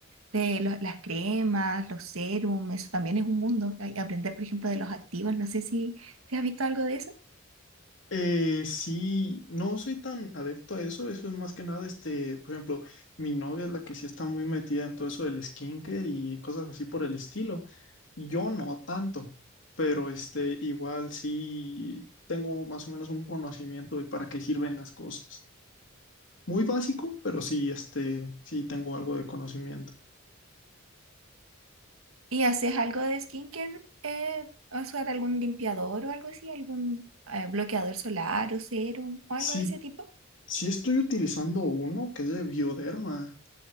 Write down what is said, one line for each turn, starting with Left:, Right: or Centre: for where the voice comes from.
Right: de los- las cremas, los serums, eso también es un mundo. Ay, Aprender, por ejemplo, de los activos, no sé si, si has visto algo de eso.
Left: Eh, sí, no soy tan adepto a eso, eso es más que nada, este, por ejemplo, mi novia es la que sí está muy metida en todo eso del skincare y cosas así por el estilo. Yo no tanto, pero este, igual sí tengo más o menos un conocimiento de para qué sirven las cosas. Muy básico, pero sí, este, sí tengo algo de conocimiento.
Right: ¿Y haces algo de skincare? Eh, ¿usar algún limpiador o algo así? ¿Algún eh, bloqueador solar o serum o algo
Left: Sí,
Right: de ese tipo?
Left: sí estoy utilizando uno que es de Bioderma.